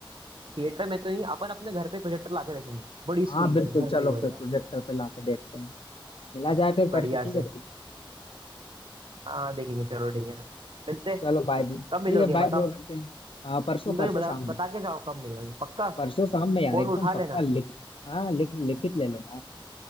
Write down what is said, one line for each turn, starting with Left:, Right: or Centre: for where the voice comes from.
Right: थिएटर में तो नहीं अपन अपने घर पे प्रोजेक्टर लाके देखेंगे बड़ी
Left: हाँ
Right: स्क्रीन
Left: बिल्कुल
Right: पे घर पे
Left: चलो
Right: बढ़िया
Left: फिर प्रोजेक्टर पे लाके देखते हैं मिला जाए फिर
Right: बढ़िया
Left: परसों ठीक
Right: से
Left: है भाई
Right: हाँ देखेंगे चलो ठीक है ना मिलते हैं।
Left: चलो बाय ब्रो
Right: कब मिलोगे
Left: ठीक है
Right: बताओ
Left: बाय ब्रो रखते हैं हाँ परसों
Right: तुम तो
Left: परसों
Right: बता
Left: शाम
Right: बता
Left: में
Right: के जाओ कब मिलोगे पक्का
Left: परसों शाम में यार
Right: फोन
Left: एकदम
Right: उठा लेना
Left: पक्का लिख हाँ लिख लिखित ले लो यार